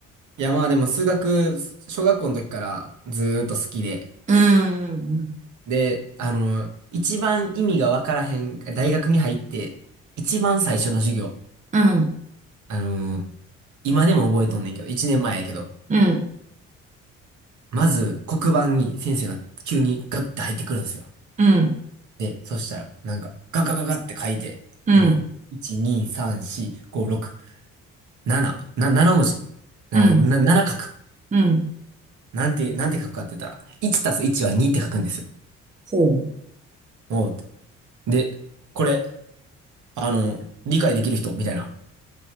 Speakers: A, on the right; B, on the right.
A: いや、まあでも数学、小学校の時からずーっと好きで。
B: <laughs> うん。
A: で、あの、一番意味がわからへん、大学に入って、一番最初の授業。
B: うん、
A: あの、今でも覚えとんねんけど、一年前やけど。
B: うん、
A: まず、黒板に先生が急にガッて入ってくるんですよ。
B: うん、
A: で、そしたら、なんか、ガガガガって書いて、
B: うん、
A: あの、1、2、3、4、5、6、7、な、7文字。な、
B: うん、
A: な、7書く。
B: うん。
A: なんて、なんて書くかって言ったら、1たす1は2って書くんですよ。
B: ほう。
A: おう。で、これ、あの、理解できる人、みたいな。